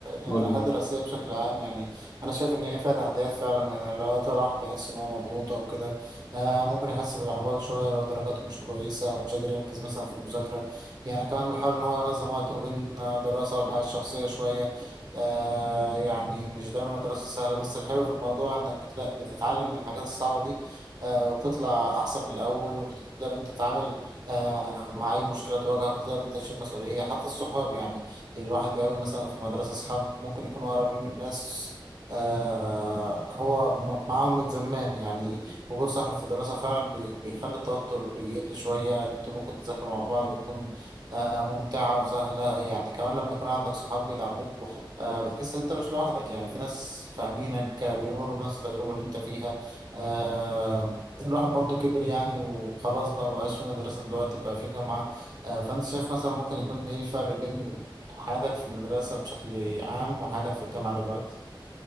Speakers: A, on the right; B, on the left.
A: يعني
B: إيه؟ قول لي.
A: الحياة الدراسية بشكل عام يعني انا شايف ان هي فيها تحديات فعلا يعني لو وقت راح بيحس ان هو مضغوط او كده آه ممكن يحس بالاحباط شوية لو درجاته مش كويسة او مش قادر يركز مثلا في المذاكرة يعني كمان بيحاول ان هو ينظم وقته بين آه، دراسة والحياة الشخصية شوية آه يعني مش دايما الدراسة سهلة بس الحلو في الموضوع انك بتلا- بتتعلم من الحاجات الصعبة دي آه وبتطلع احسن من الاول وبتقدر انت تتعامل آه مع اي مشكلة تواجهك وتقدر انت تشيل مسؤولية حتى الصحاب يعني يعني الواحد بيقابل مثلا في المدرسة أصحاب ممكن يكونوا قريبين من ناس آه هو م- معاهم من زمان يعني وجود صاحب في الدراسة فعلا بي- بيخلي التوتر يقل شوية يعني انتوا ممكن تذاكروا مع بعض بتكون آه ممتعة وسهلة يعني كمان لما يكون عندك صحاب بيدعموك آه بتحس ان انت مش لوحدك يعني في ناس فاهمينك آه، بيمروا بنفس التجربة اللي انت فيها آه الواحد برضو كبر يعني وخلاص بقى مبقاش في مدرسة دلوقتي بقى في جامعة آه، فأنت شايف مثلا ممكن يكون إيه الفرق بين حياتك في المدرسة بشكل عام وحياتك في الجامعة دلوقتي